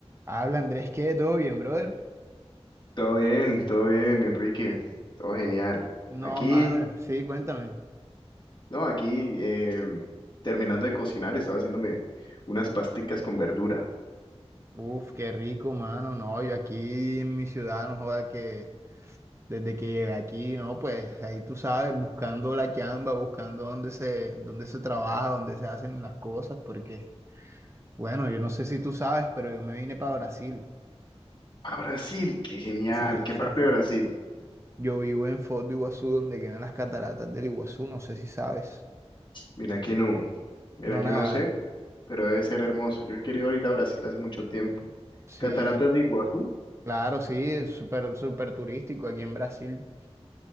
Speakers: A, on the right; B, on the left.
A: Habla Andrés, ¿qué? ¿Todo bien, brother?
B: Todo bien, todo bien, Enrique. Todo genial.
A: No,
B: Aquí,
A: mano, sí, cuéntame.
B: no, aquí eh, terminando de cocinar, estaba haciéndome unas pasticas con verdura.
A: Uf, qué rico, mano. No, yo aquí en mi ciudad, no joda que desde que llegué aquí, no, pues ahí tú sabes, buscando la chamba, buscando dónde se, dónde se trabaja, dónde se hacen las cosas, porque, bueno, yo no sé si tú sabes, pero yo me vine para Brasil.
B: A Brasil, qué genial.
A: Sí,
B: ¿Qué
A: o
B: parte
A: sea,
B: de Brasil?
A: yo vivo en Foz do Iguazú, donde quedan las cataratas del Iguazú, no sé si sabes.
B: Mira que no, mira
A: No,
B: que
A: nada.
B: no sé, pero debe ser hermoso. Yo he querido ir a Brasil hace mucho tiempo.
A: Sí,
B: Cataratas de Iguazú.
A: claro, sí, es súper, súper turístico aquí en Brasil.